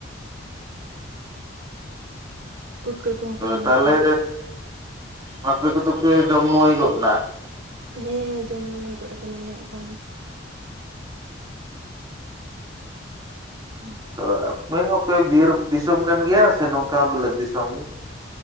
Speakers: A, on the right (about 20°); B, on the right (about 75°).
A: <inaudible>
B: ᱯᱩᱴᱠᱟᱹ ᱠᱚᱦᱚᱸ ᱠᱚ ᱧᱟᱢᱚᱜ
A: ᱛᱟᱦᱚᱞᱮ
B: ᱠᱟᱱᱟ
A: ᱟᱯᱮ ᱠᱚᱫᱚ ᱯᱮ ᱡᱚᱢ ᱱᱟᱹᱣᱟᱹᱭ ᱜᱚᱫ ᱱᱟ?
B: ᱦᱮᱸ ᱡᱚᱢ ᱱᱟᱹᱣᱟᱹᱭ ᱜᱚᱫ ᱠᱟᱱᱟᱞᱮ ᱦᱟᱸᱜ ᱠᱷᱟᱱ᱾ ᱦᱮᱸ,
A: ᱛᱚ ᱟᱯᱮ ᱦᱚᱸᱯᱮ ᱵᱤᱨ ᱫᱤᱥᱚᱢ ᱠᱟᱱ ᱜᱮᱭᱟ ᱥᱮ ᱱᱚᱝᱠᱟ ᱵᱤᱞᱟᱹᱛ ᱫᱤᱥᱚᱢ ᱜᱮ?